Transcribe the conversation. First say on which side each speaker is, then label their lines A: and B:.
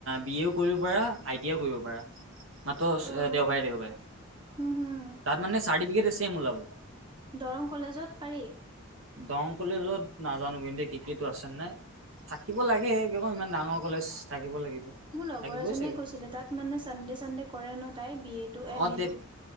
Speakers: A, on the right (about 65°); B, on the right (about 20°).
A: বি এও কৰিব পাৰা আই টিও কৰিব পাৰা মাত্ৰ
B: অ'।
A: দেওবাৰে দেওবাৰে
B: হুম হুম,
A: তাত মানে চাৰ্টিফিকেট ছেম ওলাব
B: দৰং কলেজত পাৰি
A: দৰং কলেজত নাজানো কিন্তু ক্ৰিকেটো চেন্নাই থাকিব লাগে ক ইমান ডাঙৰ কলেজ থাকিব লাগিব
B: মোৰ লগৰ
A: থাকিবই
B: এজনীয়ে
A: চাগে
B: কৈছিলে তাত মানে চানডে চানডে কৰে ন তাই বি এড টো এম
A: অ
B: এ
A: তে
B: টো